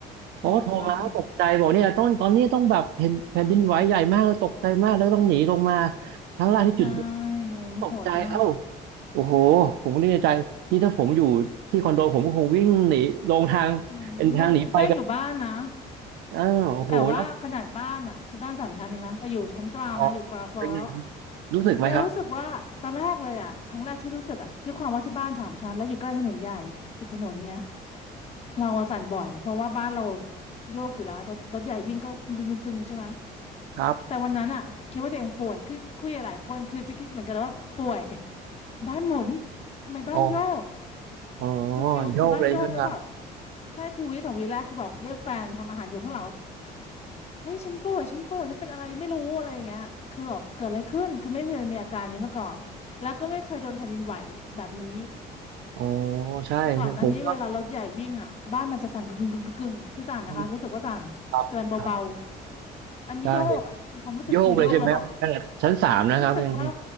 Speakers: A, on the left (about 40°); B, on the right (about 80°).
A: โอ้
B: เขาก็โทรมาเขาตกใจบอกเนี่ยต้นตอนนี้ต้องแบบเห็นแผ่นดินไหวใหญ่มากเลยตกใจมากแล้วต้องหนีลงมา
A: my god โอ้โห
B: ข้างล่างที่จุด
A: ใช่นั้นโหดมาก
B: ตกใจเอ้า โอ้โห ผมก็นึกในใจ นี่ถ้าผมอยู่ที่คอนโดผมก็คงวิ่งหนีลงทางเป็นทางหนีไฟกัน
A: อืมวันนั้นแป้งอยู่บ้านนะ
B: อ้าวโอ้โหแล้ว
A: แต่ว่าขนาดบ้านอ่ะคือบ้านสามชั้นนะคะแต่อยู่ชั้นกลางนะอยู่กราวฟลอร์
B: อ๋อเป็นไงครับรู้สึกไหมครับ
A: เรารู้สึกว่าตอนแรกเลยอ่ะครั้งแรกที่รู้สึกอ่ะด้วยความว่าที่บ้านสามชั้นแล้วอยู่ใกล้ถนนใหญ่ติดถนนเงี้ยเราอะสั่นบ่อยเพราะว่าบ้านเราโยกอยู่แล้วรถรถใหญ่วิ่งก็กึ่งกึ่งกึ่งกึ่งใช่ไหม
B: ครับ
A: แต่วันนั้นอ่ะคิดว่าตัวเองป่วยคือคุยกับหลายคนคือจะคิดเหมือนกันเลยว่าป่วย <laughs> บ้านหมุนทำไมบ้านโยก
B: อ๋ออ๋อ
A: คือฟิลคือบ้านโยกแล้วแบบ
B: โยกเลยใช่ไหมครับ
A: แค่คือวิสองวิแรกคือแบบเรียกแฟนทำอาหารอยู่ข้างหลัง เฮ้ยฉันป่วยฉันป่วยฉันเป็นอะไรไม่รู้อะไรอย่างเงี้ยคือแบบเกิดอะไรขึ้นคือไม่เคยมีอาการนี้มาก่อนแล้วก็ไม่เคยโดนแผ่นดินไหวแบบนี้
B: อ๋อใช่ใช่ผมก็
A: คือก่อนหน้านี้เวลารถใหญ่วิ่งอ่ะบ้านมันจะสั่นกึ่งกึ่งกึ่งกึ่งกึ่งคือสั่นนะคะรู้สึกว่าสั่นแต่มันเบา
B: อืมครับครับ
A: ๆอันนี้โยกอ่ะคือความรู้สึกคือโยกแล้วแบบ
B: ใช่โยกเลยใช่ไหมขนาดชั้นสามนะครับยัง
A: รู้สึกว่า